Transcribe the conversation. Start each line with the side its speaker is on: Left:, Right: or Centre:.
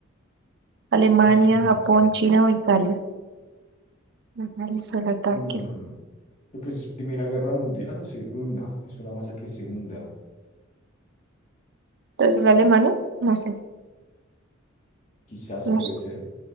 Right: Alemania,
Left: Mm,
Right: Japón, China o Italia. Realizó el ataque.
Left: mm, creo que eso es Primera Guerra Mundial o Segunda. Es una más que Segunda.
Right: Entonces, ¿Alemania? No sé.
Left: Quizás
Right: No
Left: puede
Right: sé.
Left: ser.